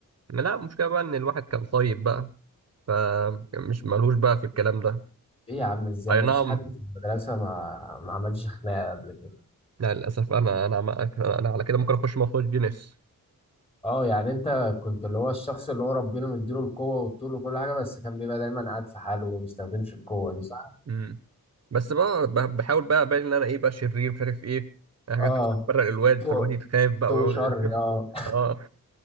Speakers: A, on the right (about 45°); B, on the left (about 15°).
A: لا المشكله بقى ان الواحد كان طيب بقى فمش ملهوش بقى في الكلام ده
B: ايه يا عم ازاي
A: اي
B: مفيش
A: نعم
B: حد في المدرسه ما ما عملش خناقه قبل كده
A: لا للاسف انا انا انا على كده ممكن اخش مخرج جينيس
B: اه يعني انت كنت اللي هو الشخص اللي هو ربنا مديله القوة والطول وكل حاجة بس كان بيبقى دايما قاعد في حاله وما بيستخدمش القوة دي صح؟
A: امم بس بقى ب- بحاول بقى ابان ان انا ايه بقى شرير مش عارف ايه يعني حاجات
B: اه
A: تفرق الواد
B: تو
A: فالواد يتخاف بقى
B: تو
A: ويقعد
B: شر اه
A: <laughs> اه